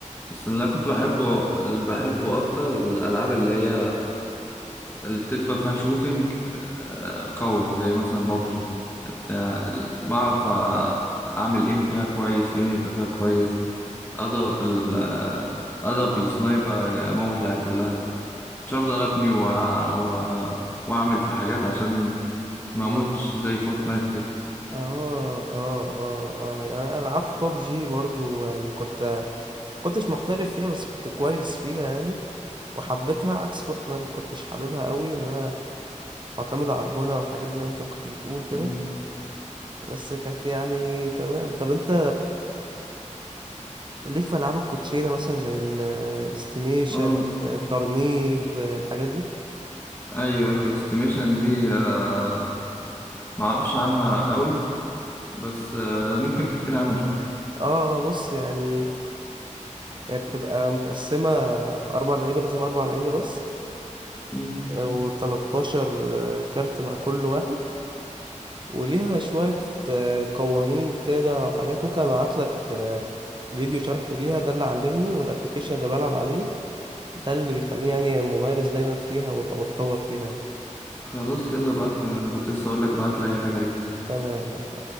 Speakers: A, on the left (about 15°); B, on the right (about 35°).
A: بس اللي انا كنت بحبه اللي بحبه اكتر الالعاب اللي هي اللي بتبقى فيها شوتينج آه، قوي زي مثلا بابجي بتاع ال- بعرف آه، أعمل ايم فيها كويس ايم يبقى فيها كويس أضرب ال آه، أضرب السنايبر أموت العيال كلها مش هفضل أبني و... و... وأعمل في حاجات عشان ما أموتش زي فورتنايت كده
B: اه اه اه آه. يعني انا لعبت ببجي برضو يعني كنت كنتش محترف فيها بس كنت كويس فيها يعني وحبيتها عكس فورتنايت ما كنتش حاببها قوي ان انا معتمد على البونة والحاجات دي زي ما انت كنت بتقول كده
A: مم.
B: بس كانت يعني تمام طب انت ليك في ألعاب الكوتشينة مثلا زي الاستيميشن
A: اه
B: ترنيب آه، الحاجات دي
A: أيوه أيوه استيميشن دي آه، ما أعرفش عنها قوي بس آه، ممكن تحكي لي عنها شوية
B: اه آه، بص يعني هي بتبقى متقسمة أربع لعيبة لازم أربع لعيبة بس
A: مم.
B: آه، وتلاتاشر كارت مع كل واحد وليها شوية آه، قوانين كده وحاجات ممكن أبعتلك آه، فيديو شرح ليها ده اللي علمني والأبليكيشن اللي بلعب عليه ده اللي بيخليني يعني ممارس دايما فيها وأبقى بتطور فيها يعني
A: خلاص يلا ابعتلي أنا كنت لسه أقولك ابعتلي أي حاجة ليك
B: تمام ماشي